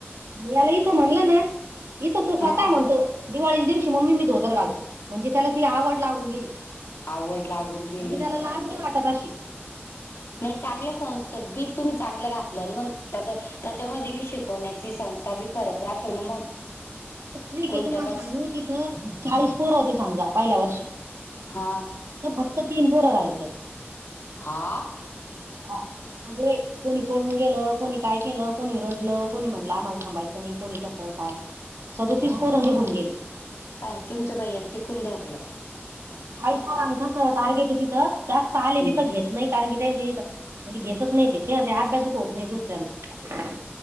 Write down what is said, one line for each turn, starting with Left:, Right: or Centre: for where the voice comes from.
Right: याला इथं म्हणल ना, इथं तो स्वतः
Left: हा
Right: म्हणतो. दिवाळीच्या दिवशी मम्मी मी धोतर घालतो, म्हणजे त्याला ती आवड लागून गेली.
Left: आवड लागून गेली
Right: म्हणजे त्याला लाज नाही वाटत अशी.
Left: नाही चांगले संस्थेत, बीज तुम्ही चांगलं घातलं मग तज त्याच्यामध्ये बी शिकवण्याची संस्था बी फरक राहतो ना मग.
Right: वि, के
Left: कोणत्या
Right: तुम्हाला
Left: का
Right: सांगू तिथं चाळीस पुरं होते समजा पहिल्या वर्षी.
Left: हा
Right: तर फक्त तीन पोर राहिले त्याच्यात.
Left: हा
Right: हा, सगळे. कोणी पळून गेलं, कोणी काय केलं, कोणी रडलं कोणी म्हणलं आम्हाला थांबायचं नाही कोणी कसं काय. सदो तीस पोर निघून गेले.
Left: काय तुमच बाई यानी टिकून धरलं.
Right: चाळीस पोराचं टार्गेट आहे तिथं, जास्त आले
Left: हम्म
Right: बिथ घेत नाही, कारण की त्यांच्या इथं, म्हणजे घेतच नाही ते तेव्हा ते अभ्यासच होत नाही दुसऱ्यांचा.